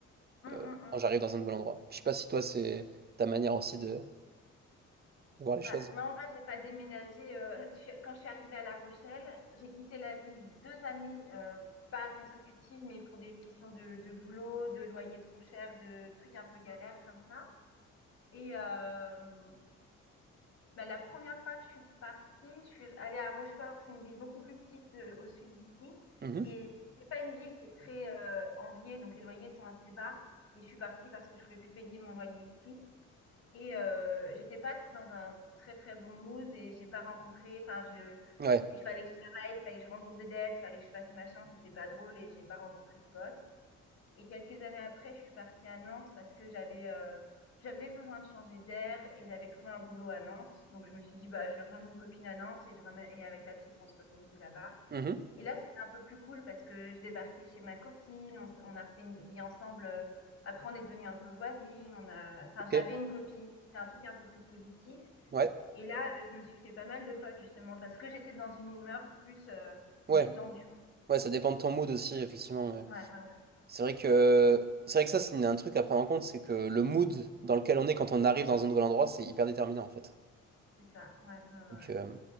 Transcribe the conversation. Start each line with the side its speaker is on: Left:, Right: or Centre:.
Left: Mm,
Right: euh,
Left: mm, mm.
Right: quand j'arrive dans un nouvel endroit. Je sais pas si toi, c'est ta manière aussi de, de voir les
Left: Bah,
Right: choses.
Left: moi, en vrai, j'ai pas déménagé. euh, je suis- quand je suis arrivée à La Rochelle, j'ai quitté la ville deux années, euh, pas consécutives, mais pour des questions de, de boulot, de loyer trop cher, de trucs un peu galères comme ça. Et euh, bah, la première fois que je suis partie, je suis allée à Rochefort. C'est une ville beaucoup plus petite euh, au sud d'ici.
Right: Mhm.
Left: Et c'est pas une ville qui est très euh, enviée, donc les loyers sont assez bas. Et je suis partie parce que je pouvais plus payer mon loyer ici. Et euh, j'étais pas dans un très très bon mood et j'ai pas rencontré. Enfin, je,
Right: Ouais.
Left: il fallait que je travaille, il fallait que je rembourse des dettes, il fallait que je fasse machin. C'était pas drôle et j'ai pas rencontré de potes. Et quelques années après, je suis partie à Nantes parce que j'avais euh, j'avais besoin de changer d'air et j'avais trouvé un boulot à Nantes. Donc je me suis dit bah je vais rejoindre une copine à Nantes et je remets, et avec la petite on se refait une vie là-bas.
Right: Mhm.
Left: Et là, c'était un peu plus cool parce que je débarquais chez ma copine, on, s- on a refait une vie ensemble. euh, Après, on est devenus un peu voisines. On a, enfin,
Right: Ok.
Left: j'avais une copine. C'était un truc un peu plus positif.
Right: Ouais.
Left: Et là, euh, je me suis fait pas mal de potes justement parce que j'étais dans une humeur plus euh,
Right: Ouais.
Left: détendue. quoi.
Right: Ouais, ça dépend de ton mood aussi, effectivement. ouais.
Left: Ouais, ouais, ouais,
Right: C'est vrai que c'est vrai que ça, c'est un truc à prendre en compte, c'est que le mood dans lequel on est quand on arrive dans un nouvel endroit, c'est hyper déterminant en fait.
Left: c'est ça. Ouais, ouais, ouais.
Right: Donc,
Left: ouais.
Right: euh,